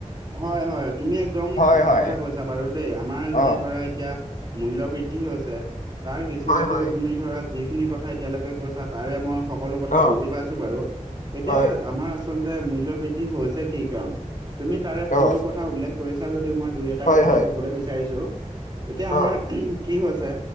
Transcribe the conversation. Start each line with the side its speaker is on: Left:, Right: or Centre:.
Right: হয় হয় তুমি একদম
Left: হয়
Right: সঁচা
Left: হয়
Right: কথা কৈছা। বাৰু দেই আমাৰ
Left: অ
Right: যি ধৰা এতিয়া মূল্য বৃদ্ধি বৃদ্ধি হৈছে তাৰ কিছু-
Left: হয়
Right: কিছু
Left: হয়
Right: তুমি ধৰা যিখিনি কথা এতিয়ালৈকে কৈছা তাৰে মই সকলো কথা
Left: অ
Right: বুজি পাইছো বাৰু এতিয়া
Left: হয়
Right: আমাৰ আচলতে মূল্য বৃদ্ধি হৈছে কি কাৰণে। তুমি তাৰে বহুতো
Left: অ
Right: কথা উল্লেখ কৰিছা, যদিও মই দুই, এটা
Left: হয়
Right: কথা
Left: হয়
Right: ক'বলৈ বিচাৰিছো। এতিয়া
Left: অ
Right: আমাৰ কি হৈছে